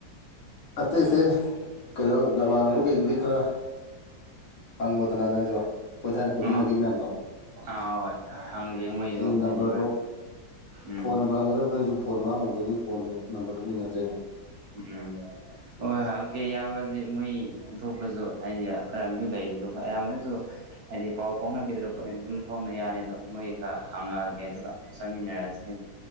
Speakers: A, on the left; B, on the right.
A: ꯑꯇꯩ ꯑꯇꯩ ꯀꯩꯅꯣ ꯅꯃꯥꯟꯅꯕ ꯀꯩꯗꯨꯗꯤ ꯈꯔ ꯍꯪꯉꯣꯗꯅ ꯅꯪꯁꯨꯣ ꯑꯩꯈꯣꯏ ꯊꯥꯏꯅ ꯄꯨꯟꯃꯤꯟꯅꯈꯤ
B: ꯑꯥ
A: ꯃꯌꯥꯝꯗꯣ
B: ꯑꯥ ꯍꯣꯏ ꯍꯪꯒꯦ ꯃꯣꯏꯁꯨ
A: ꯑꯩ
B: ꯍꯥꯏꯗꯤ
A: ꯅꯝꯕꯔꯗꯣ
B: ꯎꯝ
A: ꯐꯣꯟ ꯅꯝꯕꯔ ꯍꯪꯒꯗꯕꯗꯣ ꯑꯩꯁꯨ ꯐꯣꯟ ꯃꯥꯡꯉꯨꯕꯗꯒꯤ ꯐꯣꯟꯗꯨ ꯅꯝꯕꯔꯗꯨ ꯂꯩꯅꯗ꯭ꯔꯦꯅꯦ꯫
B: ꯎꯝ ꯍ ꯍ ꯀꯦ ꯌꯥꯕꯗꯤ ꯃꯣꯏ ꯑꯇꯣꯞꯄꯁꯨ ꯍꯥꯏꯗꯤ ꯈꯔ ꯑꯃꯁꯨ ꯂꯩꯔꯤ ꯑꯗꯨꯒ ꯑꯌꯥꯝꯕꯅꯁꯨ ꯍꯥꯏꯗꯤ ꯄꯥꯎ ꯐꯥꯎꯅꯈꯤꯗ꯭ꯔ ꯄꯣꯠꯅꯤꯅ ꯑꯗꯨꯝ ꯐꯥꯎꯅ ꯌꯥꯅꯤ ꯑꯗꯣ ꯃꯣꯏ ꯈꯔ ꯍꯪꯉꯛꯑꯒꯦ ꯑꯗꯨꯒ ꯆꯥꯃꯤꯟꯅꯔꯁꯦ ꯍꯥꯏꯗꯤ